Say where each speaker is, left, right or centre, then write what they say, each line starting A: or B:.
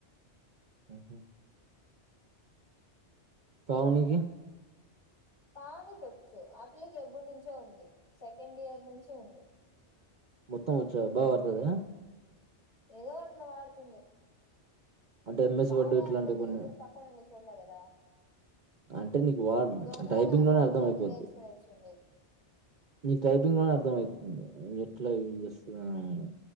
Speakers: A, on the right (about 45°); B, on the left (about 55°).
A: హహ పావునుక
B: పావనిక వచ్చు ఆ పిల్లకి ఎబ్బరు నుంచో ఉంది సెకండ్ ఇయర్ నుంచి ఉంది
A: మొత్తం వచ్చ బాగా వడుతుద
B: ఏదో అట్లా వాడుతుంది
A: అంటే ఎంఎస్
B: బాగా
A: వర్డ్ ఇట్లాంటివి
B: అంటే నేను
A: కొన్ని
B: ఎప్పుడు పక్కనండి చల్ కదా
A: అంటే నీకు వా
B: దొంగ
A: టైపింగ్
B: నా
A: లోనే
B: స్వామి
A: అర్థం
B: అన్ని
A: అయిపోద్ది
B: నేర్చుకునేస్తుంది
A: మీ టైపింగ్ లోనే అర్థం అవుతుంది ఎట్లా యూజ్ చేస్తున్నా మని